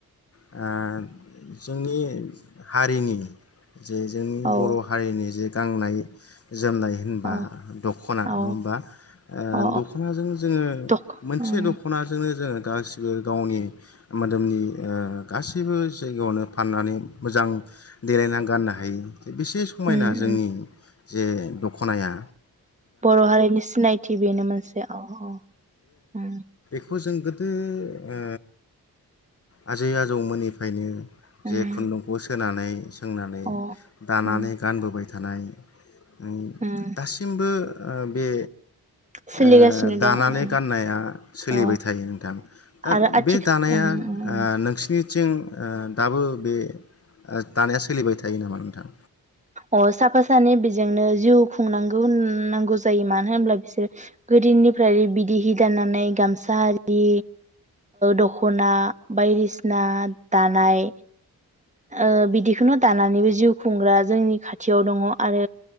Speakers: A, on the left; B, on the right.
A: आ जोंनि हारिनि जे जोंनि
B: औ
A: बर' हारिनि जे गाननाय जोमनाय होनबा
B: अ
A: दखना नङा
B: अ
A: ओमबा ओ
B: अ
A: दख'नाजों जोंङो
B: दख
A: मोनसे
B: उम
A: दख'नाजों नो जोंङो गासिबो गावनि मोदोमनि ओ गासैबो जायगायावनो फाननानै मोजां देलायना गाननो हायो बेसे समायना
B: उम
A: जोंनि
B: उम
A: जे दख'नाया
B: बर'हारिनि सिनायथि बेनो मोनसे औ औ अम
A: खौ जों गोदो ओ आजै आजौमोननिफायनो
B: उम
A: जे खुन्दुंखौ सोनानै सोंनानै
B: अ
A: दानानै
B: उम
A: गानबोबाय थानाय नो
B: उम
A: दासिमबो ओ बे
B: सोलिगासिनो
A: ओ दानानै
B: दं उम
A: गाननाया सोलिबाय
B: अ
A: थायो नोंथां दा
B: आरो आथिखा
A: बे दानाया
B: उम उम
A: ओ नोंसिनि थिं दाबो बे दानाया सोलिबाय थायो नामा नोंथां
B: अ साफा सानै बेजोंनो जिउ खुंनांगौ नांगौ जायो मानो होनब्ला बिसोर गोदोनिफ्राय बिदिहि दानानै गामसा आरि दख'ना बायदिसिना दानाय ओ बिदिखौनो दानानैबो जिउ खुंग्रा जोंनि खाथियाव दंङ आरो